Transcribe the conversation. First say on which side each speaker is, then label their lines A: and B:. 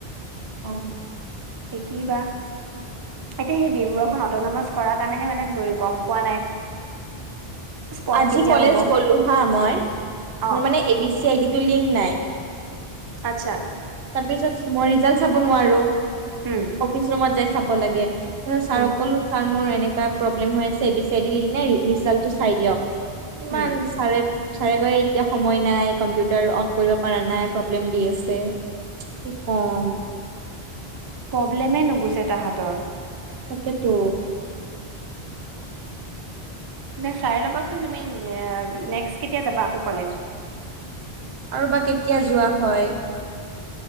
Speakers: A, on the right; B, on the right.
A: অ।
B: সে কিবা এতিয়া সেই বিবোৰ খন অটনমাচ কৰাৰ কাৰণেহে মানে ধৰি গম পোৱা নাই। স্পট
A: আজি
B: কেতিয়া
A: কলেজ
B: হ'ব
A: গলো হা মই
B: অ
A: মোৰ মানে A B C I D টো লিং নাই।
B: আচ্ছা
A: মই ৰিজাল চাব নোৱাৰোঁ।
B: উম
A: অফিচ ৰুমত যাই। চাব লাগে। তাপিছত ছাৰক
B: উম
A: কলো ছাৰ মোৰ এ এনেকা প্ৰব্লেম হয় আছে এবি ছি আইডি ৰি ৰিজালটো চাই দিয়ক। ইমান
B: উম
A: ছাৰে। ছাৰে কয় এতিয়া সময় নাই কম্পিউটাৰ অন কৰিব পাৰা নাই প্ৰব্লেম দি আছে। কি কম
B: প্ৰব্লেমে নুগুছে তাহাঁতৰ।
A: তাকেতো।
B: নে চাই লবা চোন তুমি নে নেক্সত কেতিয়া জাবা আকৌ কলেজ।
A: আৰু বা কেতিয়া যোৱা হয়।